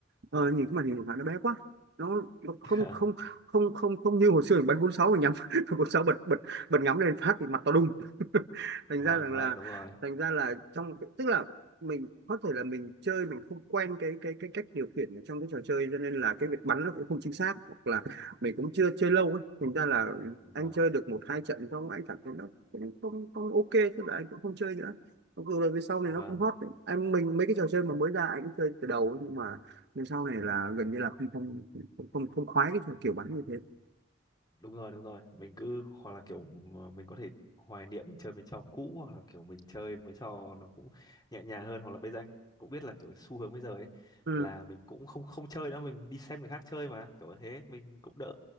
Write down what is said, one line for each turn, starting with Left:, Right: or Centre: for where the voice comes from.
Right: ờ, nhìn cái màn hình của bạn nó bé quá nó, nó không
Left: <laughs>
Right: không không không không như hồi xưa mình bắn bốn sáu mình nhắm <laughs> bốn sáu bật bật bật ngắm lên phát thì mặt to đùng <laughs> thành
Left: vâng
Right: ra rằng
Left: vâng
Right: là
Left: đúng rồi
Right: thành ra là trong tức là mình có thể là mình chơi mình không quen cái cái cái cách điều khiển ở trong cái trò chơi cho nên là cái việc bắn nó cũng không chính xác hoặc là mình cũng chưa chơi lâu ấy thành ra là
Left: vâng
Right: anh chơi được một hai trận xong anh cảm thấy nó cũng không không ok tức là anh cũng không chơi nữa Mặc dù là về sau này
Left: vâng
Right: nó cũng hot đấy. Anh mình mấy cái trò chơi mà mới ra anh cũng chơi từ đầu ấy, nhưng mà nhưng sau này là gần như là không không không không, không khoái cái kiểu bắn như thế
Left: đúng rồi đúng rồi mình cứ hoặc là kiểu mà mình có thể hoài niệm chơi mấy trò cũ hoặc là kiểu mình chơi mấy trò nó cũng nhẹ nhàng hơn hoặc là bây giờ anh cũng biết là kiểu xu hướng bây giờ ấy
Right: ừ.
Left: là mình cũng không không chơi nữa mình đi xem người khác chơi mà kiểu như thế mình cũng đỡ